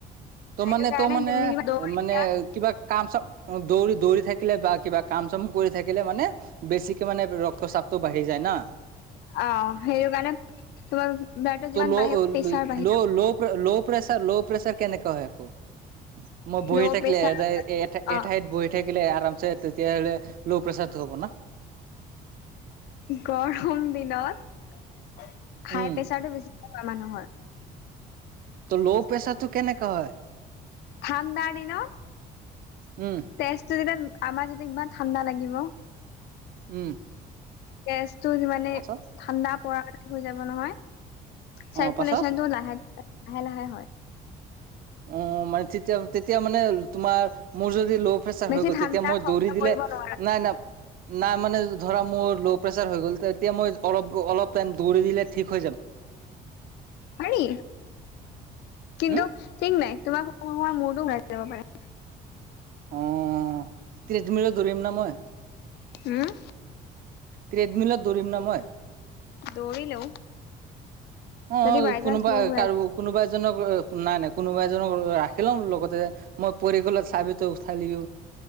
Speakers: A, on the right; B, on the left.
A: তো
B: সেইটো
A: মানে
B: কাৰণে
A: তো মানে
B: তুমি
A: ম
B: দৌৰিলা
A: মানে কিবা কাম চ দৌৰি দৌৰি থাকিলে বা কিবা কাম চাম কৰি থাকিলে মানে বেছিকে মানে ৰক্তচাপটো বাঢ়ি যায় না।
B: অ', সেইটো কাৰণে তোমাৰ ব্লাডত যিমান
A: লো,
B: বাঢ়িব প্ৰেছাৰ বাঢ়ি
A: লো,
B: যাব
A: লো। ল' প্ৰেছাৰ ল' প্ৰেছাৰ কেনেকা হয় আকৌ মই বহি
B: ল'
A: থাকিলে
B: প্ৰেছাৰ
A: এ এ
B: অ',
A: ঠাইত বহি থাকিলে আৰামছে তেতিয়াহলে ল' প্ৰেচাৰতটো হ'ব না।
B: গৰম দিনত হাই
A: উম
B: প্ৰেচাৰটো বেছি মানুহৰ।
A: তো ল' প্ৰেছাৰটো কেনেকা হয়?
B: ঠাণ্ডা দিনত
A: উম।
B: তেজটো যেতিয়া আমাৰ যেতিয়া ইমান ঠাণ্ডা লাগিব
A: উম।
B: গেছটো যিমানে
A: পাছত
B: ঠাণ্ডা পৰি হৈ যাব নহয়
A: অ
B: চাৰ্কুলেশ্যন
A: পাছত
B: টো লাহে, লাহে, লাহে হয়
A: অ', মানে তেতিয়া, তেতিয়া মানে তোমাৰ মোৰ যদি ল' প্ৰেচাৰ
B: বেছি
A: হৈ গ'ল
B: ঠাণ্ডা
A: তেতিয়া মই
B: সহ্য
A: দৌৰি দিলে
B: কৰিব নোৱাৰা
A: নাই নাই নাই মানে ধৰা মোৰ ল' প্ৰেছাৰ হৈ গ'ল এতিয়া মই অলপ অলপ টাইম দৌৰি দিলে ঠিক হৈ যাব।
B: পাৰি কিন্তু
A: হম
B: ঠিক নাই তোমাৰ মোৱা মূৰতো ঘূৰাই যাব পাৰে।
A: অ', ত্ৰিশ দিনিটলৈ দৌৰিম না মই।
B: হম।
A: ট্ৰেডমিলত দৌৰিম না মই।
B: দৌৰিলেও
A: অ',
B: যদি বাই
A: কোনোবা
B: চান্স মূৰ ঘূৰাই
A: কাৰো কোনোবা এজনক নাই নাই কোনোবা এজনক ৰাখি লম লগতে মই পৰি গলত চাবি তো উঠাই লিবি